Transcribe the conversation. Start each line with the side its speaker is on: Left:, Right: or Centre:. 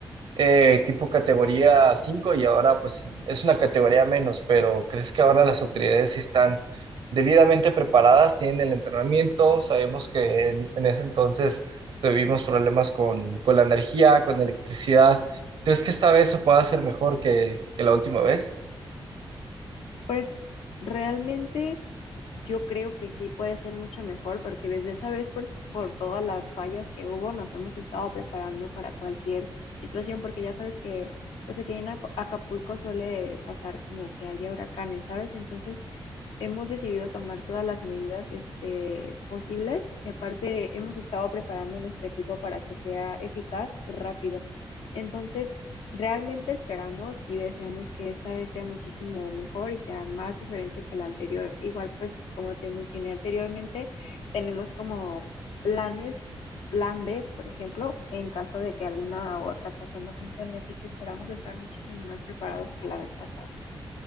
Right: eh, tipo categoría 5 y ahora pues es una categoría menos, pero ¿crees que ahora las autoridades sí están debidamente preparadas, tienen el entrenamiento? Sabemos que en, en ese entonces tuvimos problemas con, con la energía, con la electricidad. ¿Crees que esta vez se pueda hacer mejor que, que la última vez?
Left: Pues realmente Yo creo que sí puede ser mucho mejor porque desde esa vez por, por todas las fallas que hubo nos hemos estado preparando para cualquier situación porque ya sabes que pues aquí en Aca- Acapulco suele pasar como que haya huracanes, ¿sabes? Entonces hemos decidido tomar todas las medidas este, posibles y aparte hemos estado preparando nuestro equipo para que sea eficaz y rápido. Entonces, realmente esperamos y deseamos que esta vez sea muchísimo mejor y sea más diferente que la anterior. Igual, pues, como te mencioné anteriormente, tenemos como planes, plan B, por ejemplo, en caso de que alguna u otra cosa no funcione. Así que esperamos estar muchísimo más preparados que la vez pasada.